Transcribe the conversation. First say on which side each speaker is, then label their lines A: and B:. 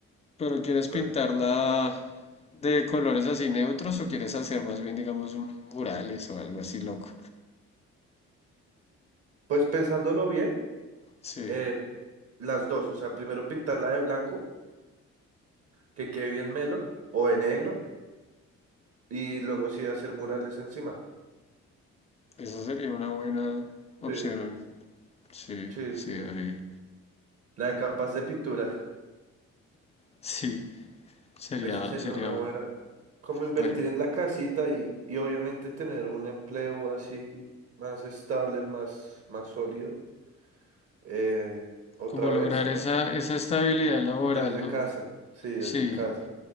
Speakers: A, on the left (about 20°); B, on the right (about 50°).
A: ¿Pero quieres
B: Entonces,
A: pintarla de colores así neutros o quieres hacer más bien, digamos, un murales o algo así loco?
B: Pues pensándolo bien.
A: Sí,
B: eh, Las dos, o sea, primero pintarla de blanco, que quede bien melo, o de negro, y luego sí hacer murales encima.
A: esa sería una buena opción.
B: Sí,
A: a mí. Sí,
B: sí,
A: sí,
B: sí.
A: David.
B: La de capas de pintura.
A: Sí, sería,
B: Esa sería
A: sería
B: una buena. Como invertir
A: bueno.
B: en la casita y, y obviamente tener un empleo así más estable, más, más sólido. eh, otra
A: Como
B: vez,
A: lograr
B: ¿no?
A: esa, esa estabilidad laboral,
B: Desde
A: ¿no?
B: casa. Sí, desde
A: Sí.
B: casa.